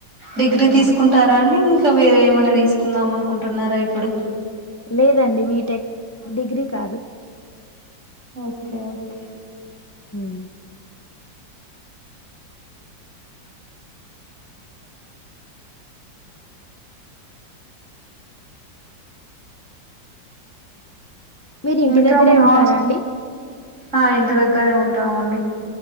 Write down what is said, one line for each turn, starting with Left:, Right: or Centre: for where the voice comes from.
Right: డిగ్రీ తీసుకుంటారా
Left: ఆ
Right: అండి ఇంకా వేరే ఏమైనా తీసుకుందాం అనుకుంటున్నారా ఇప్పుడు
Left: లేదండి బీటెక్ డిగ్రీ కాదు
Right: ఒకే ఓకే
Left: ఉమ్ మీరి ఇంటి
Right: ఇంకా
Left: దగ్గరే
Right: మా
Left: ఉంటారా
Right: హాస్
Left: అండి
Right: ఆ ఇంటి దగ్గరే ఉంటాముండి.